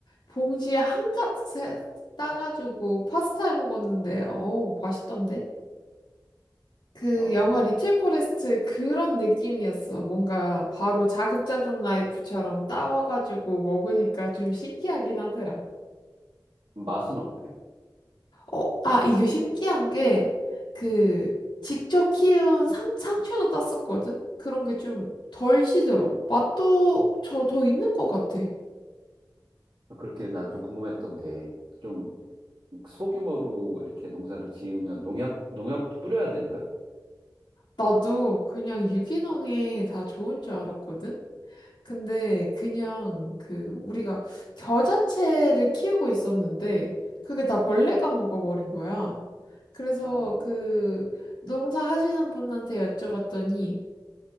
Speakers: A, on the left; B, on the right.
A: 봉지에 한가득 세- 따가지고 파스타 해 먹었는데 어우 맛있던데. 그
B: 어,
A: 영화 리첼 포레스트 그런 느낌이었어. 뭔가 바로 자급자족 라이프처럼 따와가지고 먹으니까 좀 신기하긴 하더라.
B: 맛은 어때?
A: 어, 아, 이게 신기한 게 그 직접 키운 상, 상추도 땄었거든? 그런 게 좀 덜 시들어. 맛도 저 더 있는 것 같아.
B: 그렇게 난 좀 궁금했던 게, 좀 소규모로 이렇게 농사를 지으면 농약, 농약도 뿌려야 되는 거야?
A: 나도 그냥 유기농에 다 좋은 줄 알았거든? 근데 그냥 그 우리가 겨자채를 키우고 있었는데 그게 다 벌레가 먹어버린 거야. 그래서
B: 어,
A: 그 농사하시는 분한테 여쭤봤더니